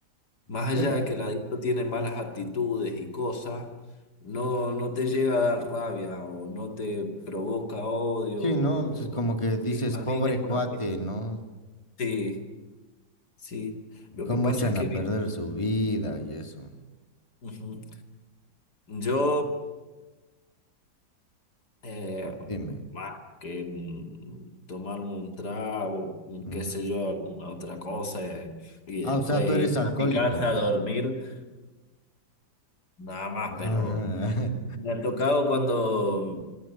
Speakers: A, on the left; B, on the left.
A: más
B: sí,
A: allá
B: el-
A: de que el adicto tiene malas actitudes y cosas, no, no te llega a dar rabia o no te provoca odio.
B: sí,
A: o-
B: ¿no? Pues como que dices,
A: Sí, más
B: pobre
A: bien es
B: cuate,
A: una... pe-
B: ¿no?
A: Sí, sí. Lo
B: ¿Cómo
A: que pasa
B: echan
A: es que...
B: a perder
A: vi-
B: su vida y eso?
A: Ujú. Yo Eh,
B: Dime.
A: más que mm, tomarme un trago, mm,
B: Ujú.
A: qué sé yo, alguna otra cosa, eh, y
B: Ah,
A: después
B: o sea, tú
A: ir
B: eres alcohólico.
A: a mi casa a dormir, nada más,
B: Ajá.
A: pero me ha tocado cuando, mm,